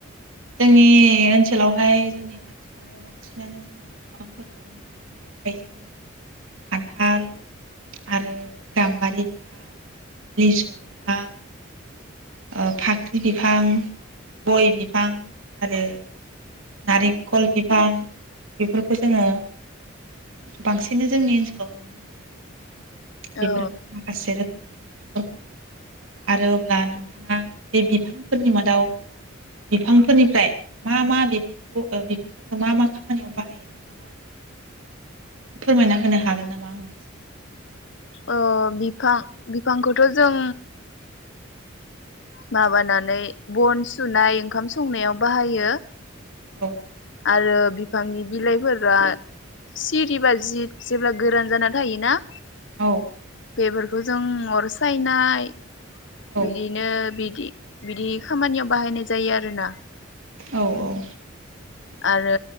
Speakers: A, on the right; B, on the left.
A: जोंनि ओनसोलाव ओमफ्राय जोंनि खाथि खालायाव बांसिनानो जोङो बिफांफोरखौ नुनो मोनो थाइजौ खान्थाल आरो गाम्बारि बिफां लिसु बिफां ओ फाख्रि बिफां गय बिफां आरो नारेंखल बिफां बेफोरखौ जोङो बांसिनै जोंनि ओनसोलाव नुनो मोनो आरो बेफोर
B: औ
A: माखासे रो <unintelligible> आरो अब्ला नोंथाङा बे बिफांफोरनि मादाव बिफांफोरनिफ्राय मा मा बि <unintelligible> बिफां बिफांफोरखौ मा मा खामानियाव बाहायो नोंथाङा फोरमायना होनो हागोन नामा आंनो एसे
B: अ बिफां बिफांखौथ' जों माबानानै बन सुनाय ओंखाम संनायाव बाहायो।
A: औ
B: आरो बिफांनि बिलाइफोरा सिरिबा जि जेब्ला गोरान जाना थायोना।
A: औ
B: बेफोरखौ जों अर सायनाय
A: औ
B: बिदिनो बिदि बिदि खामानियाव बाहायनाय जायो आरोना।
A: औ औ।
B: आरो